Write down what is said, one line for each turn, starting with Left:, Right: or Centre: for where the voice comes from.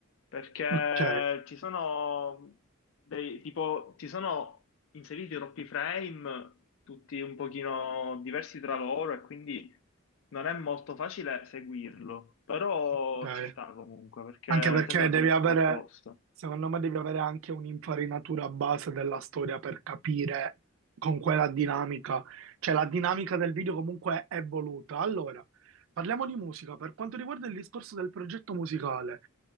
Left: perché
Right: Ok,
Left: ci sono dei, tipo, ci sono inseriti troppi frame, tutti un pochino diversi tra loro, e quindi non è molto facile seguirlo, però
Right: ok.
Left: ci sta comunque, perché
Right: Anche perché
Left: sembra
Right: devi
Left: pure fatto
Right: avere,
Left: apposta.
Right: secondo me devi avere anche un'infarinatura base della storia per capire con quella dinamica. Cioè la dinamica del video comunque è voluta. Allora, parliamo di musica. Per quanto riguarda il discorso del progetto musicale.